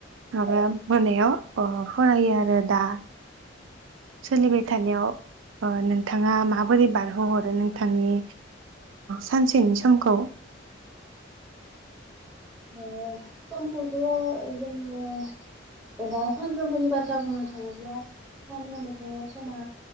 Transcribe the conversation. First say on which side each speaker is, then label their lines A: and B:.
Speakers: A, on the right (about 75°); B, in the centre.
A: माबा मोनायाव फरायो आरो दा सोलिबाय थानायाव नोंथाङा माबोरै बारहोहरो नोंथांनि सानसेनि सम खौ?
B: ओ समखौथ' जोङो दा सानफ्रोमबोनि बाथ्रा बुंनो थाङोब्ला सानफ्रोमबोथ' समा